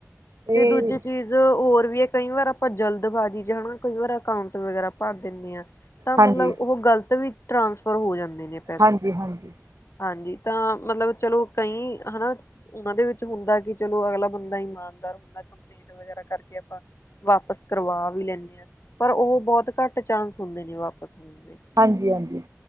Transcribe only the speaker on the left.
ਤੇ
ਦੂਜੀ ਚੀਜ਼ ਜ ਔਰ ਵੀ ਆ, ਕਈ ਵਾਰ ਆਪਾਂ ਜਲਦਬਾਜ਼ੀ ਚ ਹਨਾ ਕਈ ਵਾਰ ਅਕਾਊਂਟ ਵਗੈਰਾ ਭਰ ਦਿੰਦੇ ਆ। ਤਾਂ ਮਤਲਬ
ਉਹ ਗ਼ਲਤ ਵੀ ਟ੍ਰਾਂਸਫਰ ਹੋ ਜਾਂਦੇ ਨੇ ਪੈਸੇ।
ਹਾਂਜੀ ਤਾਂ ਮਤਲਬ ਚਲੋ ਕਈ ਹਨਾ ਓਦੇ ਵਿੱਚ ਹੁੰਦਾ ਕਿ, ਚਲੋ ਅਗਲਾ ਬੰਦਾ ਇਮਾਨਦਾਰ ਕੰਪਲੇਂਟ ਵਗੈਰਾ ਕਰਕੇ ਆਪਾਂ ਵਾਪਿਸ ਕਰਵਾ ਵੀ ਲੇਨੇ ਆ। ਪਰ ਉਹ ਬਹੁਤ ਘੱਟ ਚਾਂਸ ਹੁੰਦੇ ਨੇ ਵਾਪਸ ਆਣ ਦੇ